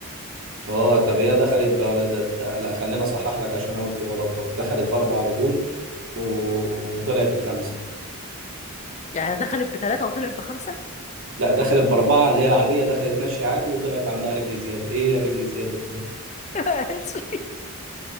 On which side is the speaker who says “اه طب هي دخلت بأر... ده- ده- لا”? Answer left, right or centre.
Right